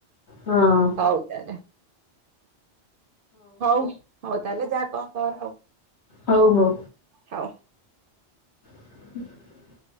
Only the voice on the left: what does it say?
ହଁ।
ହଉ ହଉ।
<inaudible>